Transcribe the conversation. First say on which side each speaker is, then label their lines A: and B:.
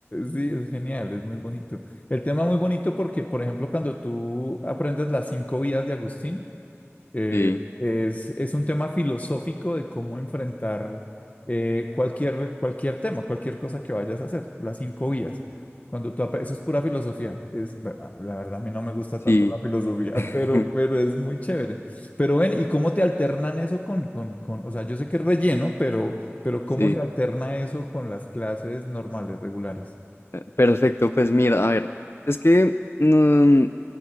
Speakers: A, on the left; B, on the left.
A: Sí, es genial, es muy bonito. El tema es muy bonito porque, por ejemplo, cuando tú aprendes las cinco vidas de Agustín, Eh,
B: Sí,
A: es, es un tema filosófico de cómo enfrentar eh, cualquier, cualquier tema, cualquier cosa que vayas a hacer, las cinco vías. Cuando tú, ap- eso es pura filosofía. Es, la verdad, a mí no me gusta
B: sí,
A: tanto la filosofía,
B: <laughs>
A: <laughs> pero, pero es muy chévere. Pero ven, ¿y cómo te alternan eso con, con, con, o sea, yo sé que es relleno, pero, pero ¿cómo
B: sí.
A: se alterna eso con las clases normales, regulares?
B: Eh, Perfecto, pues mira, a ver, es que, mm,